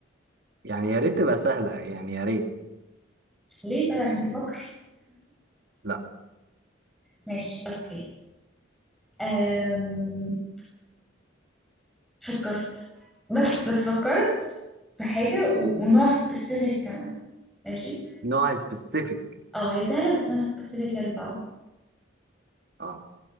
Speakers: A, on the right (about 60°); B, in the centre.
A: يعني يا ريت تبقى سهلة يعني يا ريت
B: ليه طيب عشان تفكر
A: لا
B: ماشي اوكي أم... فكرت بس بس فكرت في حاجة و... ونوع سبيسيفيك كمان ماشي
A: نوع سبيسيفيك
B: اه هي سهلة بس نوع سبيسيفيك هي اللي صعبة
A: اه